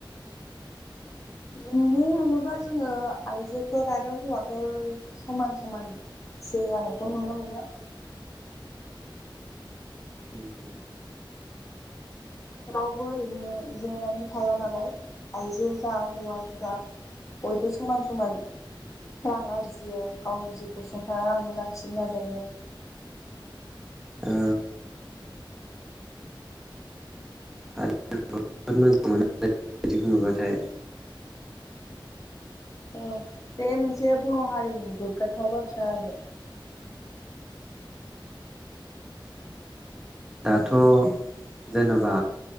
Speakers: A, on the left; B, in the centre.
A: नुनो थाङोबा जोङो आइजोफोर आरो हौवाफोर समान समान ज जानायखौ नुनो मोनो
B: उम
A: रावबो ओरैनो जिरायनानै थाया नालाय आइजो जा हौवाफ्रा बयबो समान समान रां आरजियो गावनि जिउखौ सुंथानानै लांनो लाखिनो नाजायो।
B: ओ थारैनो नंगौ जोबोद मोजां मोनो बिदिखौ नुबाथाय
A: औ बे मोनसे बर' हारिनि गोग्गाथाव बाथ्रा आरो
B: दाथ' जेनेबा